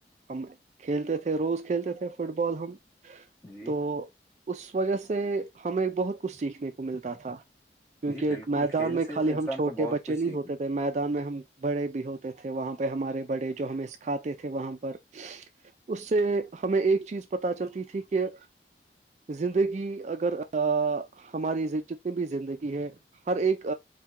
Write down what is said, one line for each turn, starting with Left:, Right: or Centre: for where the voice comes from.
Right: ہم کھیلتے تھے روز کھیلتے تھے فٹ بال ہم
Left: جی
Right: تو اس وجہ سے ہمیں بہت کچھ سیکھنے کو ملتا تھا کیونکہ
Left: جی بالکل
Right: میدان
Left: کھیل
Right: میں
Left: سے
Right: خالی
Left: تو انسان
Right: ہم چھوٹے
Left: کو بہت
Right: بچے
Left: کچھ
Right: نہیں
Left: سیکھنے
Right: ہوتے تھے میدان میں ہم بڑے بھی ہوتے تھے وہاں پہ ہمارے بڑے جو ہمیں سکھاتے تھے وہاں پر اس سے ہمیں ایک چیز پتا چلتی تھی کہ زندگی اگر ہماری جتنی بھی زندگی ہے ہر ایک